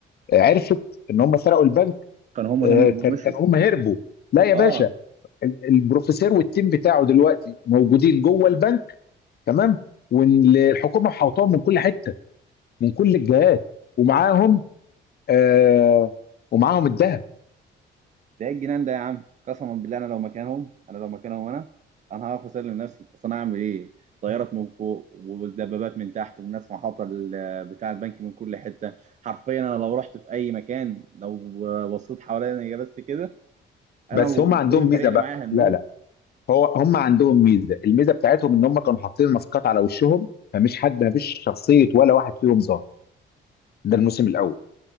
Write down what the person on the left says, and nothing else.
عرفت ان هم سرقوا البنك
آه،
كان
كان هم هربوا لا يا
باشا ال- البروفيسور والتيم بتاعه دلوقتي موجودين جوه البنك تمام والحكومه حوطاهم من كل حته من كل الجهات ومعاهم آه ومعاهم الذهب
بس
هم عندهم
ميزه
بقى
لا لا هو هم عندهم ميزه الميزه بتاعتهم ان هم كانوا حاطين ماسكات على وشهم فمش حد مفيش شخصيه ولا واحد فيهم ظاهر ده الموسم الاول